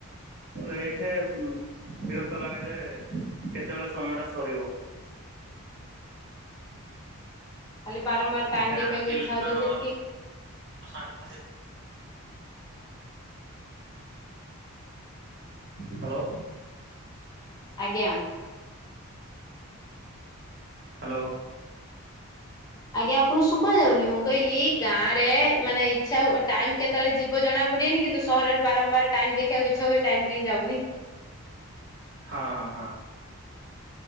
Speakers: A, on the right (about 50°); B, on the left (about 15°).
A: ଏଇଠେ ବିରକ୍ତ ଲାଗେ ଯେ କେତେବେଳେ ସମୟ ଟା ସରିବ।
B: ଖାଲି ବାରମ୍ବାର ଟାଇମ
A: ଗାଁରେ
B: ଦେଖିବାକୁ
A: ପିଲାମାନଙ୍କର
B: ଇଚ୍ଛା ହଉଥିବ ସେଟି
A: <unintelligible> ହ୍ୟାଲୋ।
B: ଆଜ୍ଞା।
A: ହ୍ୟାଲୋ।
B: ଆଜ୍ଞା ଆପଣ ଶୁଭା ଯାଉନି। ମୁଁ କହିଲି ଗାଁରେ ମାନେ ଇଚ୍ଛା ଟାଇମ କେ କେତବଳେ ଯିବ ଜଣା ପଡିବନି କିନ୍ତୁ ସହରରେ ବାରମ୍ବାର ଟାଇମ ଦେଖିବାକୁ ଇଚ୍ଛା ହଏ ଟାଇମ୍ କାଇଁ ଯାଉନି।
A: ହଁ ହଁ ହଁ।